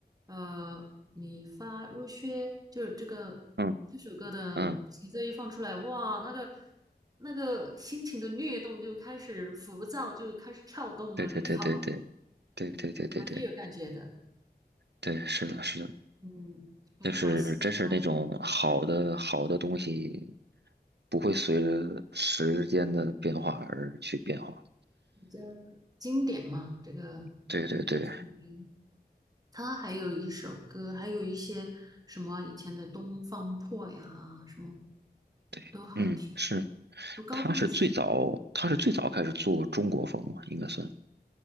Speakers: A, on the right; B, on the right.
A: 呃你发如雪，就是这个这首歌的前奏一放出来，
B: 嗯嗯，
A: 哇，那个那个心情的律动就开始浮躁，就开始跳动了，
B: 对对对对对，
A: 你知道吗？
B: 对对对对对
A: 还是有感觉的。
B: 对，是的，是的，
A: 嗯，还是蛮喜欢他的
B: 就是真是那种好的好的东西，不会随着时间的变化而去变化。
A: 比较经典嘛。这个应该属于
B: 对对对，
A: 他还有一首歌，还有一些什么以前的《东方破》呀，什么
B: 对，
A: 都好听。
B: 嗯，是，
A: 读高中的时
B: 他是最早，他是最早开始做中国风嘛，应该算。